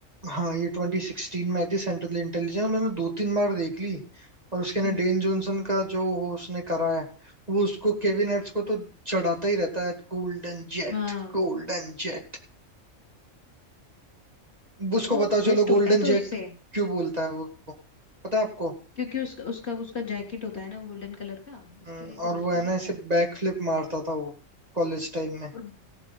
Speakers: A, on the right (about 30°); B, on the left (about 50°).
A: हाँ ये 2016 में आई थी सेंट्रल इंटेलिजेंस मैंने दो तीन बार देख ली और उसके ना
B: हम्म
A: डेन जॉनसन का जो वो उसने करा है वो उसको केविन हार्ट्स को तो चढ़ाता ही रहता है गोल्डन जेट
B: हाँ
A: गोल्डन जेट उसको
B: वो
A: बताओ
B: ऑब्सेस्ड
A: चलो
B: होता
A: गोल्डन
B: है तो
A: जेट
B: उससे
A: क्यों बोलता है वो उसको पता है आपको
B: क्योंकि उसका उसका उसका जैकेट होता है ना गोल्डन कलर का इसके
A: हम्म,
B: लिए तो
A: और
B: बोलता
A: वो है
B: है शायद
A: ना ऐसे
B: है ना
A: बैक फ्लिप मारता था वो कॉलेज टाइम में
B: और